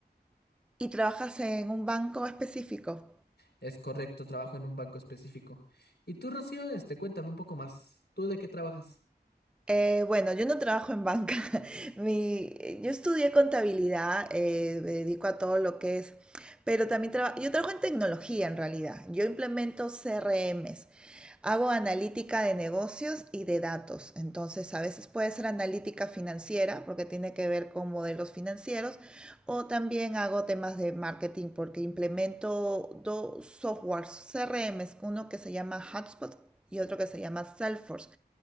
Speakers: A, in the centre; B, on the left.
A: Y trabajas en un banco específico.
B: Es correcto, trabajo en un banco específico. Y tú, Rocío, este, cuéntame un poco más. ¿Tú de qué trabajas?
A: Eh, bueno, yo no trabajo en banca. <laughs> Mi, yo estudié contabilidad, eh, me dedico a todo lo que es, pero también traba- yo trabajo en tecnología en realidad. Yo implemento CRMs. Hago analítica de negocios y de datos. Entonces, a veces puede ser analítica financiera porque tiene que ver con modelos financieros o también hago temas de marketing porque implemento dos softwares CRMs, uno que se llama Hubspot y otro que se llama Salesforce